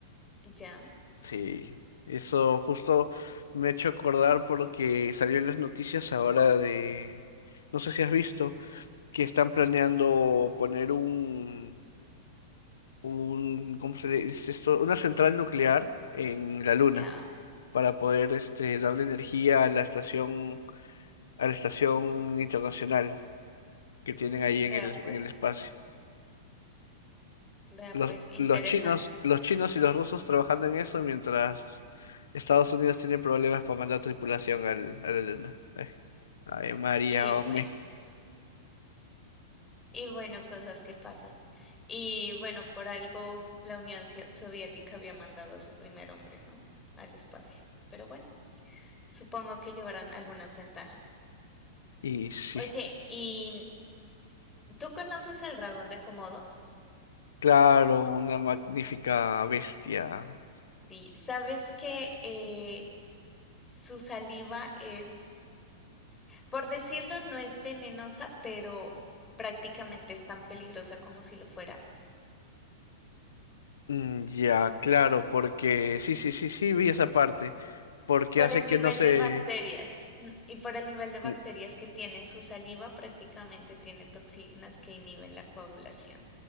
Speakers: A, on the left; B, on the left.
A: ya,
B: Sí, eso justo me ha hecho acordar porque salió en las noticias ahora de, no sé si has visto, que están planeando poner un, un, ¿cómo se dice esto? Una central nuclear en la Luna
A: ya.
B: para poder este, darle energía a la estación, a la estación internacional que tienen
A: Mm,
B: ahí en
A: vea
B: el,
A: pues,
B: en el espacio.
A: vea
B: Los,
A: pues, interesante.
B: los chinos, los chinos y los rusos trabajando en eso mientras Estados Unidos tiene problemas para mandar tripulación al, a la Luna. Eh, Ave María,
A: Y bueno.
B: hombre.
A: Y bueno, cosas que pasan. Y bueno, por algo la Unión Sio- Soviética había mandado a su primer hombre, ¿no? Al espacio. Pero bueno, supongo que llevarán algunas ventajas.
B: Y sí,
A: Oye, ¿y tú conoces al dragón de Komodo?
B: claro, una magnífica bestia.
A: Sí, sabes que eh, su saliva es, por decirlo, no es venenosa, pero prácticamente es tan peligrosa como si lo fuera.
B: Mm, Ya, claro, porque sí, sí, sí, sí, vi esa parte, porque
A: Por
B: hace
A: el
B: que
A: nivel
B: no se,
A: de bacterias mm, y por el nivel de bacterias
B: Mm,
A: que tiene en su saliva, prácticamente tiene toxinas que inhiben la coagulación.